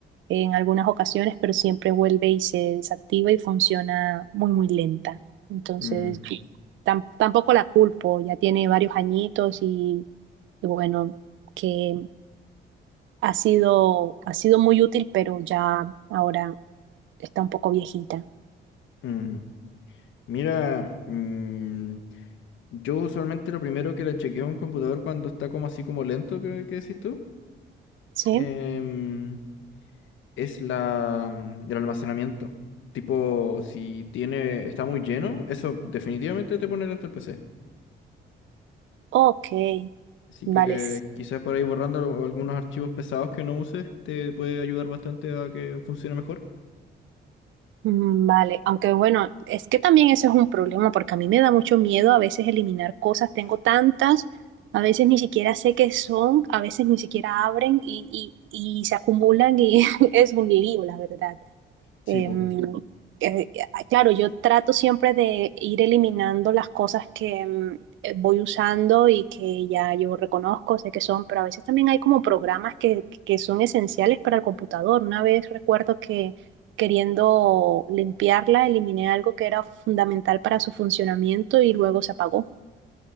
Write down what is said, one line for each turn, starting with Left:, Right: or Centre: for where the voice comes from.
Right: en algunas ocasiones, pero siempre vuelve y se desactiva y funciona muy, muy lenta. Entonces,
Left: Mm,
Right: yo tam- tampoco la culpo, ya tiene varios añitos y, y bueno, que ha sido, ha sido muy útil, pero ya ahora está un poco viejita.
Left: mm. Mira, mm, yo usualmente lo primero que le chequeo a un computador cuando está como así como lento, ¿qué, qué decís tú?
Right: ¿Sí?
Left: Em, es la, mm, el almacenamiento. Tipo, si tiene, está muy lleno, eso definitivamente te pone lento el PC.
Right: Ok,
Left: Así
Right: vale.
Left: que quizás por ahí borrando algunos archivos pesados que no uses te puede ayudar bastante a que funcione mejor.
Right: Mm, Vale, aunque bueno, es que también ese es un problema porque a mí me da mucho miedo a veces eliminar cosas, tengo tantas, a veces ni siquiera sé qué son, a veces ni siquiera abren y, y, y se acumulan y <laughs> es un lío, la verdad.
Left: Sí,
Right: Em,
Left: pues.
Right: eh, claro, yo trato siempre de ir eliminando las cosas que em, eh, voy usando y que ya yo reconozco, sé que son, pero a veces también hay como programas que, que son esenciales para el computador. Una vez recuerdo que queriendo limpiarla, eliminé algo que era fundamental para su funcionamiento y luego se apagó.